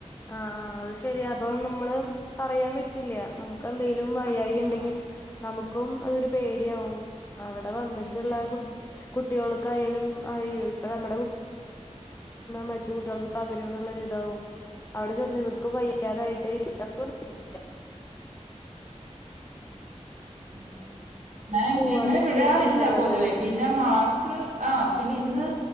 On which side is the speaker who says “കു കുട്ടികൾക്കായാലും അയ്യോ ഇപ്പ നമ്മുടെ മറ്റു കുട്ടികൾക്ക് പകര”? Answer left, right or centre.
Left